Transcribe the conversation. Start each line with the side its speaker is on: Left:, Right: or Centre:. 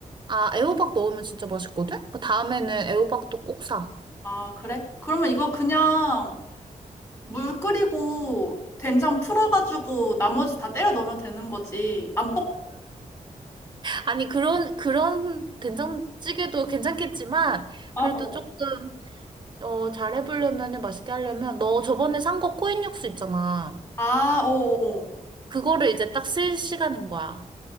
Right: 아, 애호박 넣으면 진짜 맛있거든? 그 다음에는 애호박도 꼭 사.
Left: 아, 그래? 그러면 이거 그냥 물 끓이고 된장 풀어가지고 나머지 다 때려 넣으면 되는 거지. 안 볶,
Right: 아니, 그런, 그런 된장찌개도 괜찮겠지만,
Left: 아,
Right: 그래도
Left: 어.
Right: 조금, 어, 잘 해보려면, 맛있게 하려면, 너 저번에 산 거 코인 육수 있잖아.
Left: 아, 어어어.
Right: 그거를 이제 딱 쓸 시간인 거야.